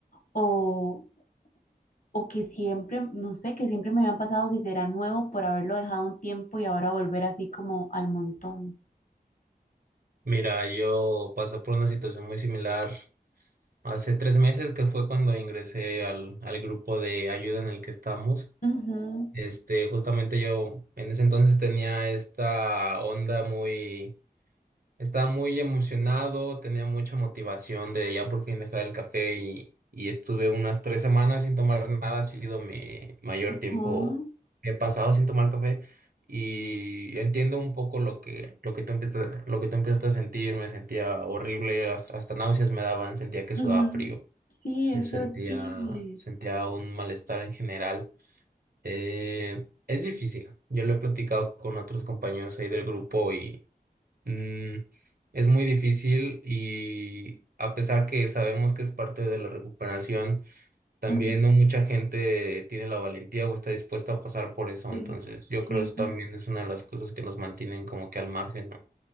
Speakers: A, on the left (about 55°); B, on the right (about 65°).
A: o, o que siempre, no sé, que siempre me habían pasado, si será nuevo por haberlo dejado un tiempo y ahora volver así como al montón.
B: Mira, yo pasé por una situación muy similar hace tres meses que fue cuando ingresé al, al grupo de ayuda en el que estamos.
A: Ujú,
B: Este, justamente yo en ese entonces tenía esta onda muy estaba muy emocionado, tenía mucha motivación de ya por fin dejar el café y, y estuve unas tres semanas sin tomar nada. Ha sido mi mayor
A: ujú,
B: tiempo que he pasado sin tomar café y entiendo un poco lo que, lo que tú empiezas, lo que tú empiezas a sentir. Me sentía horrible, has- hasta náuseas me daban, sentía que sudaba
A: ujú.
B: frío,
A: Sí,
B: se
A: es
B: sentía,
A: horrible.
B: sentía un malestar en general. Eh, es difícil. Yo lo he platicado con otros compañeros ahí del grupo Mm, es muy difícil y a pesar que sabemos que es parte de la recuperación, también
A: Ujú.
B: no mucha gente tiene la valentía o está dispuesta a pasar por eso.
A: Sí.
B: Entonces, yo
A: Sí,
B: creo que eso también es una de las cosas que nos mantienen como que al margen, ¿no?